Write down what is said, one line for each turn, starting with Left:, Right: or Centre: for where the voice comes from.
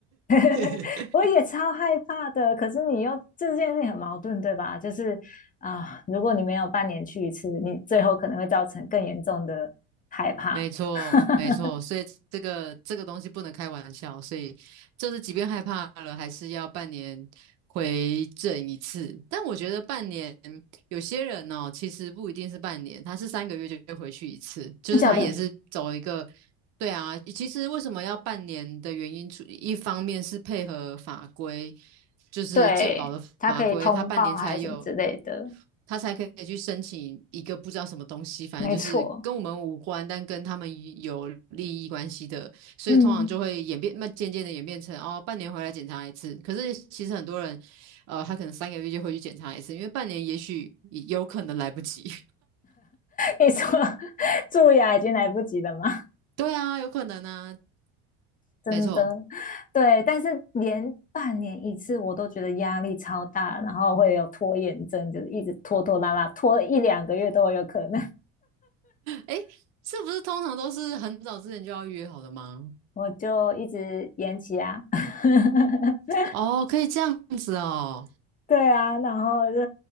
Left: <laughs>
Right: <laughs>
Left: 我也超害怕的，可是你又这件事情很矛盾，对吧？就是啊，如果你没有半年去一次，你最后可能会造成更严重的害怕。
Right: 没错，
Left: <laughs>
Right: 没错，所以这个这个东西不能开玩笑，所以就是即便害怕了，还是要半年回诊一次。但我觉得半年有些人哦，其实不一定是半年，他是三个月就会回去一次，就是他也是走一个，
Left: 真假的？
Right: 对啊，其实为什么要半年的原因，除一方面是配合法规，就是健保的法规，
Left: 对，它可以通报还是什么之类的，
Right: 他半年才有。他才可以去申请一个不知道什么东西，反正就是跟我们无关，
Left: 没错。
Right: 但跟他们有利益关系的，所以通常就会演变，
Left: 嗯，
Right: 那渐渐的演变成哦，半年回来检查一次。可是其实很多人，呃，他可能三个月就会去检查一次，因为半年也许有可能来不及。
Left: 你说 <laughs> 蛀牙已经来不及了吗？
Right: <laughs> 对啊，有可能啊，
Left: <laughs> 真的，
Right: 没错。
Left: 对，但是连半年一次我都觉得压力超大，然后会有拖延症，就是一直拖拖拉拉，拖一两个月都有可能，
Right: 诶，是不是通常都是很早之前就要预约好的吗？
Left: 我就一直延期啊。<laughs>
Right: 哦，可以这样子哦。
Left: 对啊，然后就，